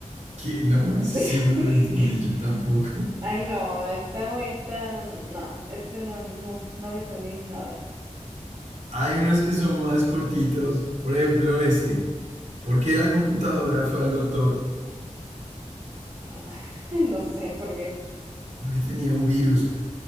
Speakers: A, on the right; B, on the right.
A: Que no, ese
B: <laughs>
A: sí no lo entendí yo tampoco.
B: Ay, no, está muy, está, no, ese no, no, no lo entendí nada.
A: Hay unos que son más cortitos. Por ejemplo, este. ¿Por qué la computadora fue al doctor?
B: <laughs> No sé por qué.
A: Porque tenía un virus.